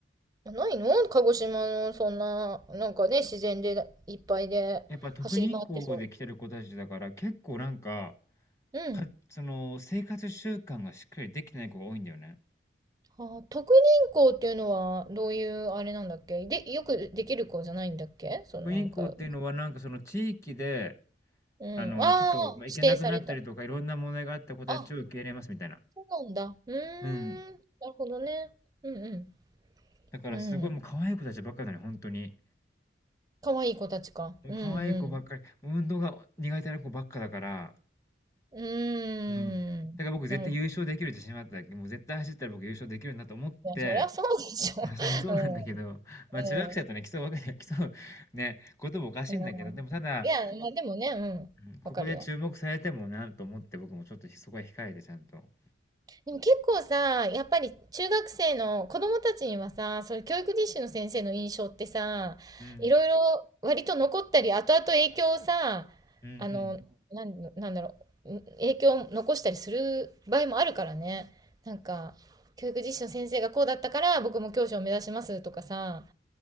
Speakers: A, on the right (about 20°); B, on the left (about 15°).
A: ないの鹿児島の、そんな、なんかね、自然でいっぱいで走り回ってそ
B: やっぱ特任校で来てる子たちだから、結構なんか、
A: う。うん。
B: か、その、生活習慣がしっかりできてない子が多いんだよね。
A: ああ特任校っていうのはどういうあれなんだっけで、よくできる子じゃないんだっけそのなんか。
B: 職員校っていうのは、なんかその地域で、
A: うん。
B: あの、
A: ああ、
B: ちょっと、まあ、
A: 指定された。
B: 行けなくなったりとか、いろんな問題があった子たちを受け入れますみたいな。
A: あ、そうなんだ。うーん。
B: うん。
A: なるほどね。うん
B: だからすごいもう可愛い子たちばっかだねよ、
A: うん。うん。
B: ほんとに。
A: かわいい子たちか。
B: もう可愛い子ばっかり、
A: うんうん。
B: 運動が苦手な子ばっかだから、
A: うーん。
B: うん。だから僕絶対優勝できる自信はあったわけ。
A: なるほど。
B: もう絶対走ったら僕優勝できるなと思って、
A: いや、そりゃそうでしょ。
B: まあ、
A: <laughs>
B: そりゃそうなんだけど、
A: う
B: まあ、中学生とね、
A: ん。うん。
B: 競うわけに競うね、こともおかしいんだけど、
A: うん。
B: でもただ、
A: いや、まあでもね、うん。
B: うん、ここで注目されてもなと思って、
A: わかるよ。
B: 僕もちょっとそこは控えてちゃんと。うん。
A: でも結構さ、やっぱり中学生の子供たちにはさ、そういう教育実習の先生の印象ってさ、
B: うん。
A: いろいろ割と残ったり、後々影響をさ、
B: うんうん。
A: あの、なん、なんだろう、ん影響を残したりする場合もあるからね。なんか、教育実習の先生がこうだったから、僕も教師を目指しますとかさ、